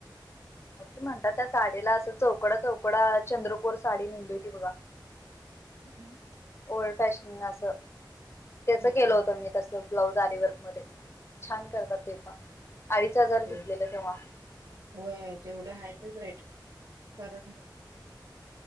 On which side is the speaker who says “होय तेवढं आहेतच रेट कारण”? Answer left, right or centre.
Right